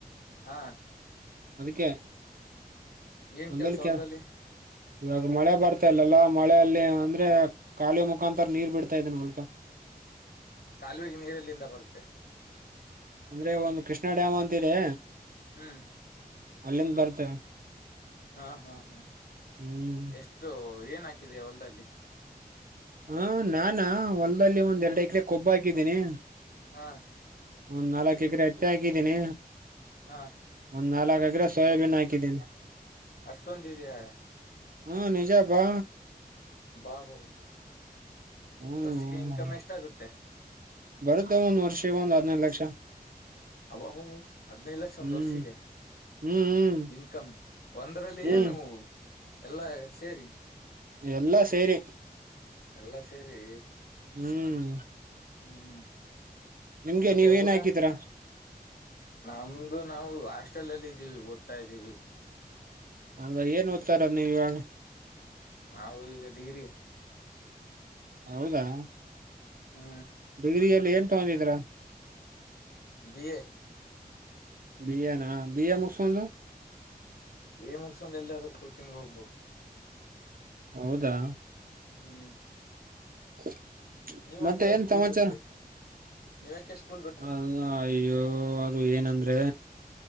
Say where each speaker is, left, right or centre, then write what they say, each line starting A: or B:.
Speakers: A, on the left; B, on the right.
A: ಹಾ
B: ಅದಿಕ್ಕೆ
A: ಏನ್
B: ಹೊಲ್ದ್
A: ಕೆಲ್ಸ ಹೊಲ್ದಲ್ಲಿ
B: ಕೆ ಇವಾಗ ಮಳೆ ಬರ್ತಾ ಇಲ್ಲಲ್ಲಾ ಮಳೆ ಅಲ್ಲಿ ಅಂದ್ರೆ ಕಾಲುವೆ ಮುಖಾಂತರ ನೀರು ಬಿಡ್ತಾ ಇದೇನಿ ಉಲ್ಕಾ
A: ಕಾಲುವಿಗೆ ನೀರು ಎಲ್ಲಿಂದ ಬರುತ್ತೆ.
B: ಅಂದ್ರೆ ಒಂದು ಕೃಷ್ಣಾ ಡ್ಯಾಮ್ ಅಂತ ಇದೆ.
A: ಹ್ಮ
B: ಅಲ್ಲಿಂದ ಬರ್ತ
A: ಹಾ ಹಾ ಹಾ
B: ಹ್ಮ್
A: ಎಷ್ಟು ಏನ ಹಾಕಿದೆಯ ಹೊಲ್ದಲ್ಲಿ.
B: ಹಾ ನಾನ ಹೊಲ್ದಲ್ಲಿ ಒಂದ್ ಎರಡ ಎಕರೆ ಕೊಬ್ಬ ಹಾಕಿದ್ದೀನಿ.
A: ಹಾ
B: ಒಂದ್ ನಾಲ್ಕ ಎಕರೆ ಹತ್ತೆ ಹಾಕಿದ್ದೀನಿ.
A: ಹಾ
B: ಒಂದ ನಾಲ್ಕ ಎಕ್ರೆ ಸೋಯಬೀನ್ ಹಾಕಿದ್ದೀನಿ.
A: ಅಷ್ಟೊಂದ ಇದಿಯಾ.
B: ಹ್ಮ ನಿಜ ಬಾ
A: ಬಾ ಬಾಬ
B: ಹ್ಮ್
A: ಒಂದ್ ವರ್ಷಕ್ಕೆ ಇನ್ಕಮ್ ಎಷ್ಟ ಆಗತ್ತೆ.
B: ಬರುತ್ತೆ ಒಂದ್ ವರ್ಷ ಒಂದ ಹದ್ನೈದ ಲಕ್ಷ.
A: ಅಬ್ಬಬ ಹದನೈದ ಲಕ್ಷ
B: ಹ್ಮ್
A: ಒಂದ ವರ್ಷಿಗೆ
B: ಹ್ಮ್ ಹ್ಮ್
A: ಇನ್ಕಮ್ ಒಂದ್ರಲ್ಲಿ
B: ಹ್ಮ್
A: ಏನು ಎಲ್ಲಾ ಸೇರಿ
B: ಎಲ್ಲಾ ಸೇರಿ
A: ಎಲ್ಲಾ ಸೇರಿ
B: ಹ್ಮ
A: ಹ್ಮ
B: ನಿಮ್ಗೆ
A: ಮತ್ತೆ
B: ನೀವ ಏನ್
A: ಊಟ
B: ಹಾಕಿದೀರಾ
A: ನಮ್ದು ನಾವು ಹಾಸ್ಟೆಲ್ ಅಲ್ಲಿ ಇದ್ದೀವಿ ಓದ್ತಾ ಇದ್ದೀವಿ.
B: ಅಂದ್ರ ಏನ್ ಓದ್ತಾ ಇರೋದ ನೀವ ಇವಾಗ
A: ನಾವು ಈಗ ಡಿಗ್ರಿ
B: ಹೌದಾ.
A: ಹಾ
B: ಡಿಗ್ರಿಯಲ್ಲಿ ಏನ್ ತಗೊಂಡಿದಿರಾ.
A: ಬಿ ಎ
B: ಬಿಯನ ಬಿಯ ಮುಗಸಂದು
A: ಬಿ ಎ ಮುಗಸಕೊಂದ ಎಲ್ಲದ್ರ ಕೋಚಿಂಗ್ ಹೋಗ್ಬೇಕ.
B: ಹೌದಾ.
A: ಹ್ಮ
B: <inaudible>
A: ನಿವಾಗೆ
B: ಮತ್ತೆ ಏನ್
A: ಸ್ಕೂಲ್
B: ಸಮಾಚಾರ
A: ಬಿಟ್ರಿ ನೀವ್ಯಾಕೆ ಸ್ಕೂಲ್ ಬಿಟ್ರಿ.
B: ಅಲ್ಲ, ಅಯ್ಯೋ ಅದು ಏನಂದ್ರೆ